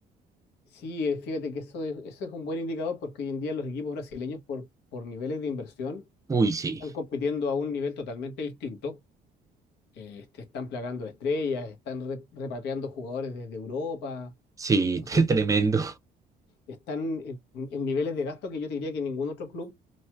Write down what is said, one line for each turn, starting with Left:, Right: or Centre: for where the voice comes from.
Left: Sí, eh, fíjate que eso es, eso es un buen indicador porque hoy en día los equipos brasileños por, por niveles de inversión
Right: Uy, sí,
Left: están compitiendo a un nivel totalmente distinto eh, te están plagando de estrellas, están re- repatriando jugadores desde Europa.
Right: sí,
Left: Entonces,
Right: <laughs> tremendo.
Left: están en, en niveles de gasto que yo te diría que ningún otro club